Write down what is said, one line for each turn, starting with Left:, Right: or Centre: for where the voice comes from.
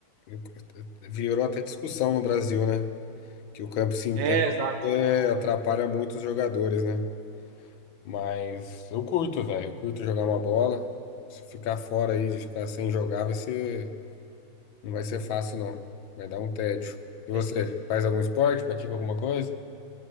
Left: eu- eu- virou até discussão no Brasil, né? Que o campo sintético
Right: É, exato.
Left: é, atrapalha muito os jogadores, né? Mas eu curto, velho. Eu curto jogar uma bola. Se ficar fora aí, de ficar sem jogar, vai ser... não vai ser fácil, não. Vai dar um tédio. E você?
Right: Entendi.
Left: Faz algum esporte? Pratica alguma coisa?